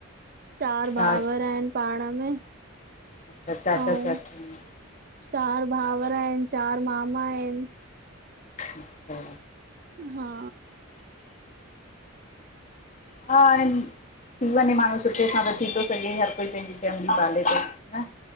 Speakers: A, on the right; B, on the left.
A: चार
B: छा
A: भाउर आहिन पाण में।
B: अच्छा
A: ऐं
B: चाचा चाचियूं?
A: चार भाउर आहिन। चार मामा आहिन।
B: अच्छा।
A: हा।
B: हा हाणे थी वञे माण्हू सुठे सां त थी थो सघे हर कोई पंहिंजी फैमिली पाले तो न।